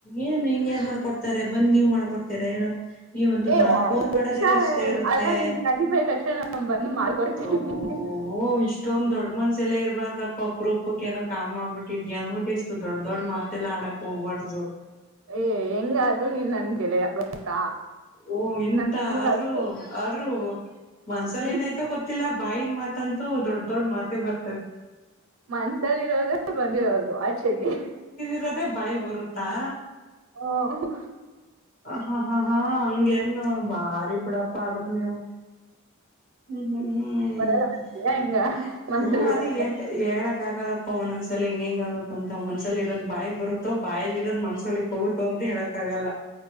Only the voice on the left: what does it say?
ಏನ್ ಹಿಂನ್ ಯಾರ್ ಮಾಡ್ಕೊಡ್ತಾರೆ ಬಂದ ನೀವ್ ಮಾಡ್ಕೊಡ್ತೀರ ಹೇಳ. ನೀವು
ಫೋನ್ ಮಾಡದೇ
ಕಷ್ಟ ಇರುತ್ತೆ.
ಓಹೋ. ಇಷ್ಟೊಂದ ದೊಡ್ ಮನಸ್ಸು ಎಲ್ಲಾ ಇರಬಾರದಪ್ಪ ಅಪ್ಪರೂಪಕ್ಕೆ ಏನೋ ಕಾಲ್ ಮಾಡಬಿಟ್ಟಿಇದಿಯಾ ಅಂದುಬಿಟ್ಟು ಇಷ್ಟ ದೊಡ್ಡ ದೊಡ್ಡ ಮಾತು. ಮತ್ತೆಲ್ಲ ಆಡೋಕೆ ಹೋಗಬಾರ್ದು.
ಓ ಎಂತ
ಆದ್ರರು
ಆದ್ರೂ ಮನ್ಸಲ್
ಏನಾಯ್ತ ಗೊತ್ತಿಲ್ಲ ಬಾಯನ್ ಮಾತಂತ. ದೊಡ್ಡ ದೊಡ್ಡ ಮಾತೆ ಬರ್ತವೆ.
ಇರೋದೇಬಾಯಲ್ಲಿ ಬರುತ್ತಾ.
ಹಾ ಹಾ ಹಾ. ಹಂಗೇನು ಬಾರಿ ಬಿಡಪ್ಪ ಆದ್ರರು ನೀವು. ಹ್ಮ್ ಹ್ಮ್
ಹ್ಮ್
ಯಾರಿಗೆ. ಹೇಳಕ್ ಆಗಲ್ಲಪ್ಪ ಒಂದೊಂದ್ಸಲ ಹೆಂಗ ಹೆಂಗ ಆಗುತ್ತ ಅಂತ ಮನಸಲ್ಲಿ ಇರೋದು ಬಾಯ್ ಬರುತ್ತೋ ಬಾಯಲಿ ಇರೋದು ಮನಸು ಒಳ್ಳಿಕೆ. ಹೋಗುತ್ತೋ ಅಂತ ಹೇಳಕ್ಕಗಲ್ಲ